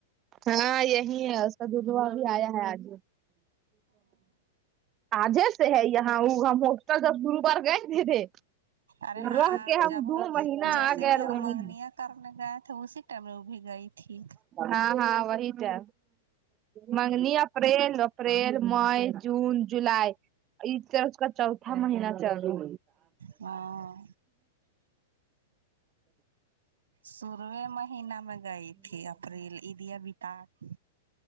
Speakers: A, on the right (about 30°); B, on the right (about 70°).
A: ہاں یہی ہے اس کا ددا بھی آیا ہے آج آجے سے ہے یہاں وہ ہم ہوسٹل جب گرودوار گئے دے دے
B: ارے ہاں
A: رہکے
B: جب
A: ہم دو مہینہ
B: جیسے
A: آگئے
B: بھی ہم
A: رہنے
B: منگنیا کرنے گئے تھے اسی ٹائم میں وہ بھی گئی تھی
A: ہاں ہاں وہی تو منگنی اپریل اپریل مئی جون جولائی یہ تو اس کا چوتھا مہینہ چل رہا
B: ہاں شروع میں مہینے میں گئی تھی اپریل عیدیاں بتا کے